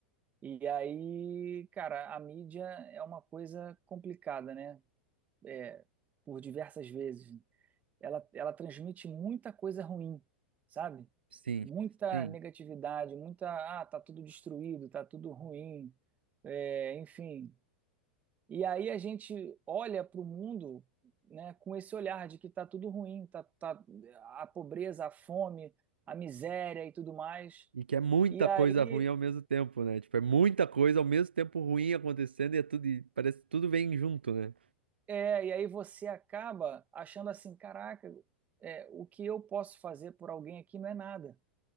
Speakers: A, on the right; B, on the right.
A: E aí, cara, a mídia é uma coisa complicada, né? É, por diversas vezes. Ela, ela transmite muita coisa ruim, sabe?
B: Sim,
A: Muita
B: sim.
A: negatividade, muita, ah, tá tudo destruído, tá tudo ruim, é, enfim. E aí a gente olha para o mundo, né, com esse olhar de que tá tudo ruim, tá, tá a pobreza, a fome, a miséria e tudo mais.
B: E que é muita
A: E aí
B: coisa ruim ao mesmo tempo, né? Tipo, é muita coisa ao mesmo tempo ruim acontecendo e é tudo, e parece que tudo vem junto, né?
A: É, e aí você acaba achando assim, caraca, é, o que eu posso fazer por alguém aqui não é nada,